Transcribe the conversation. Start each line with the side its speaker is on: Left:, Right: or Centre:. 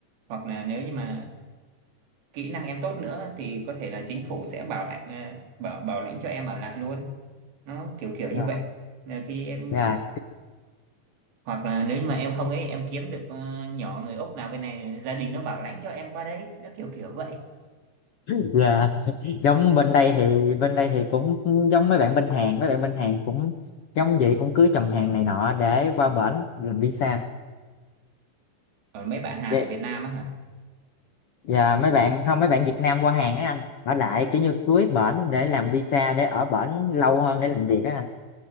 Right: hoặc là nếu như mà kỹ năng em tốt nữa thì có thể là chính phủ sẽ bảo lãnh ờ, bảo bảo lãnh cho em ở lại luôn nó kiểu kiểu như
Left: dạ
Right: vậy là khi em
Left: dạ
Right: hoặc là nếu như mà em không ấy em kiếm được ờ, nhỏ người Úc nào bên này gia đình nó bảo lãnh cho em qua đấy nó kiểu kiểu vậy
Left: <laughs> dạ giống bên đây thì bên đây thì cũng giống mấy bạn bên Hàn mấy bạn bên Hàn cũng giống vậy cũng cưới chồng Hàn này nọ để qua bển làm visa
Right: còn mấy bạn Hàn
Left: Vậy-
Right: ở Việt Nam á hả
Left: và mấy bạn không mấy bạn Việt Nam qua Hàn á anh ở lại kiểu như cưới bển để làm visa để ở bển lâu hơn để làm việc á anh